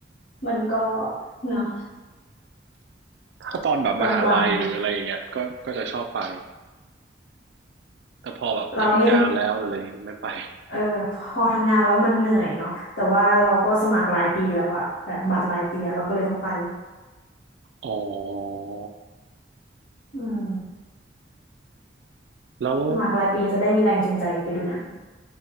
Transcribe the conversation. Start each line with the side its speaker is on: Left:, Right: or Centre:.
Left: มันก็ เนาะ
Right: ถ้าตอนแบบมหาลัยหรืออะไรอย่างเงี้ยก็ก็จะชอบไป
Left: ลำบากอยู่
Right: แต่พอแบบทำงานแล้วหรืออะไรไม่ไป
Left: เราเนี่ยเออพอทำงานแล้วมันเหนื่อยเนาะแต่ว่าเราก็สมัครรายปีแล้วอะแบบบัตรรายปีอะเราก็เลยต้องไป
Right: อ๋อ
Left: อืม
Right: แล้ว
Left: สมัครรายปีจะได้มีแรงจูงใจไปดูหนัง